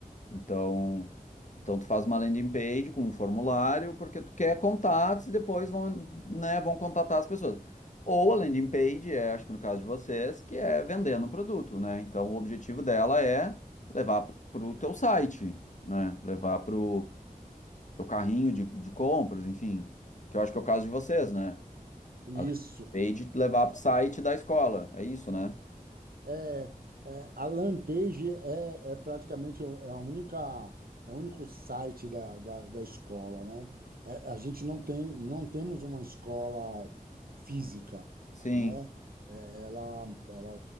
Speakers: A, on the left; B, on the right.
A: Então, então tu faz uma landing page com um formulário, porque tu quer contatos e depois vão, né, vão contatar as pessoas. Ou a landing page é, acho que no caso de vocês, que é vendendo um produto, né? Então o objetivo dela é levar pro pro teu site, né? Levar pro teu carrinho de, de compras, enfim. Que eu acho que é o caso de vocês, né?
B: Isso.
A: A landing page levar pro site da escola, é isso, né?
B: É, é, a Lampage é, é praticamente o- é a única, é o único site da, da, da escola, né? É, a gente não tem, não temos uma escola física,
A: Sim.
B: né? É, ela, ela